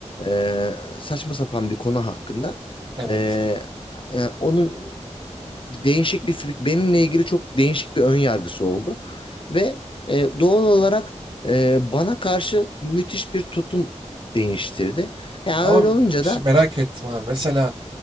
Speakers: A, on the left; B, on the right.
A: E, saçma sapan bir konu hakkında.
B: Evet.
A: E, yani onun değişik bir benimle ilgili çok değişik bir ön yargısı oldu ve e, doğal olarak e, bana karşı müthiş bir tutum değiştirdi. Yani
B: Ama
A: öyle olunca
B: bir
A: da
B: şey merak ettim abi. Mesela